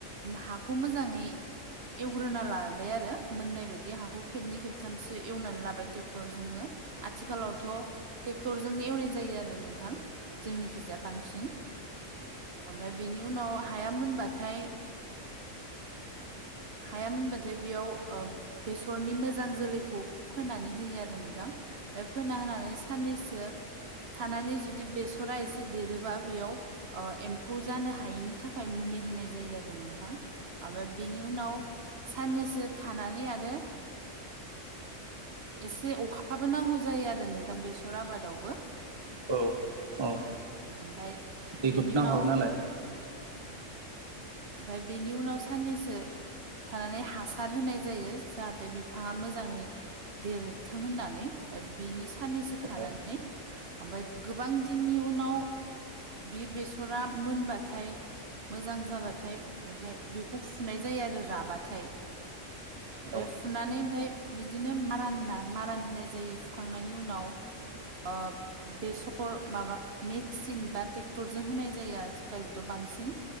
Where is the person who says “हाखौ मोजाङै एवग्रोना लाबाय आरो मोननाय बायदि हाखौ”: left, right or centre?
Right